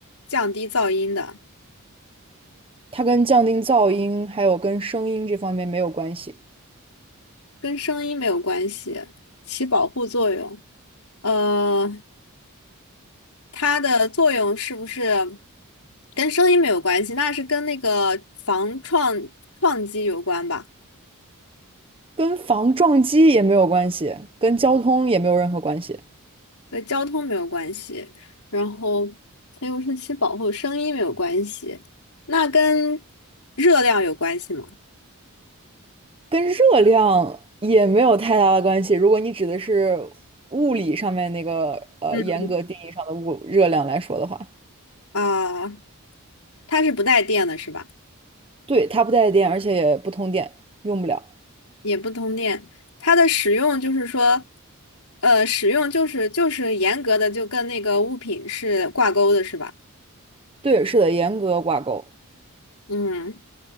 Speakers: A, on the left; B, on the right.
A: 降低噪音的，
B: 它跟降低噪音还有跟声音这方面没有关系，
A: 跟声音没有关系，起保护作用。呃，它的作用是不是跟声音没有关系？那是跟那个防撞撞击有关吧？
B: 跟防撞击也没有关系，跟交通也没有任何关系。
A: 跟交通没有关系，然后还有是其保护声音没有关系，那跟热量有关系吗？
B: 跟热量也没有太大的关系。如果你指的是物理上面那个呃严格定义上的物热量来说的话，
A: 嗯，啊，它是不带电的，是吧？
B: 对，它不带电，而且也不通电，用不了。
A: 也不通电，它的使用就是说，呃，使用就是就是严格的就跟那个物品是挂钩的，是吧？
B: 对，是的，严格挂钩。
A: 嗯。